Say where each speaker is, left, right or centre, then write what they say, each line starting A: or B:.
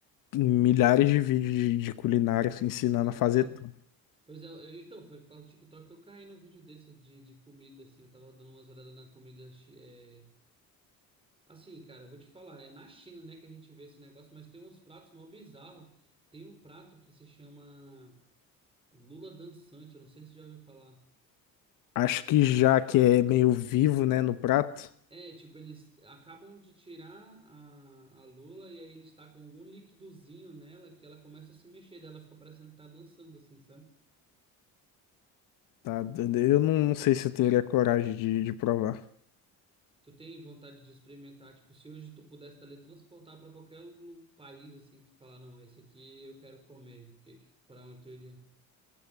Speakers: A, on the left; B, on the right.
A: milhares de vídeos de, de culinária assim, ensinando
B: Pois
A: a fazer
B: é.
A: tudo.
B: Pois é, eu- então, foi por causa do TikTok que eu caí num vídeo desse de, de comida, assim. Eu tava dando umas olhadas na comida. chi- é, Assim, cara, eu vou te falar, é na China, né, que a gente vê esse negócio, mas tem uns pratos mó bizarro. Tem um prato que se chama. Lula dançante, eu não sei se você já ouviu falar.
A: Acho que já que é meio vivo, né, no prato,
B: É, tipo, eles acabam de tirar a, a Lula e aí ele está com algum liquidozinho nela que ela começa a se mexer, daí ela fica parecendo que tá dançando, assim, sabe?
A: tá? Eu não, não sei se eu teria coragem de, de provar.
B: Tu tem vontade de experimentar, tipo, se hoje tu pudesse teletransportar para qualquer lu- país, assim, tu falar, não, esse aqui eu quero comer, que, que- pra onde tu iria?